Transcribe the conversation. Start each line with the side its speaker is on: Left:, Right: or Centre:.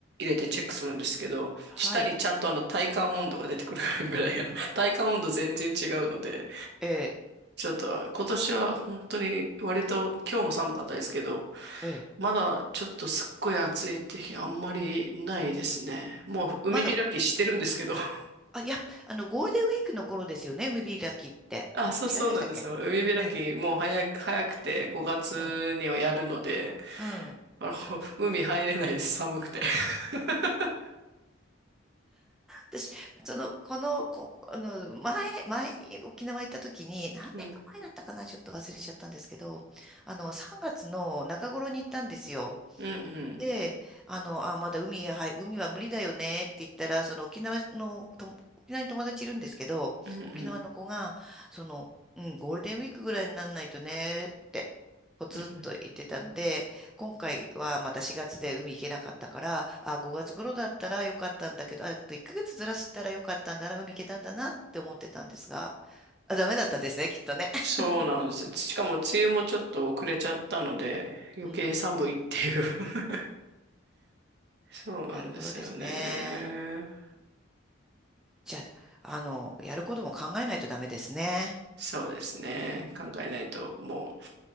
Right: れてチェックするんですけど、
Centre: はい。
Right: 下にちゃんとあの体感温度が出てくるぐらい、あの体感温度全然違うので、
Centre: ええ、
Right: ちょっと今年は本当に割と今日も寒かったですけど、
Centre: ええ。
Right: まだちょっとすっごい暑いって日あんまりないですね。もう海開きしてるんですけど。
Centre: まだ、
Right: <laughs>
Centre: あ、いやあの、ゴールデンウィークの頃ですよね、海開きって。
Right: あ、そうそうなんですよ。
Centre: 違いましたっけうん、
Right: 海開きもう早く、早くて5月にはやるので、
Centre: うん、うん。
Right: あの海入れないです、寒くて。<laughs>
Centre: 私、その、この、こ、あの、前、前に沖縄行った時に、何年か前だったかな、
Right: うん、
Centre: ちょっと忘れちゃったんですけど、あの、3月の中頃に行ったんですよ。
Right: うん、
Centre: で、あの、あ、まだ海へ、はい、海は無理だよねって言ったら、その沖縄のとも、沖縄に友達いるんですけど、
Right: うん、うん、うん。
Centre: 沖縄の子が、その、うん、ゴールデンウィークぐらいにならないとねって、ポツッと言ってたんで、
Right: うん
Centre: 今回はまた4月で海行けなかったから、あ、5月頃だったらよかったんだけど、ああと1ヶ月ずらしたらよかったんだな、海行けたんだなって思ってたんですが、あ、ダメだったですね、きっとね。<laughs>
Right: そうなんですよ。しかも梅雨もちょっと遅れちゃったので、余計寒いっていう。
Centre: うん、
Right: <laughs> そうなんですよね。
Centre: なるほどですね。じゃあ、あの、やることも考えないとダメですね。
Right: そうですね。考えないと、もう、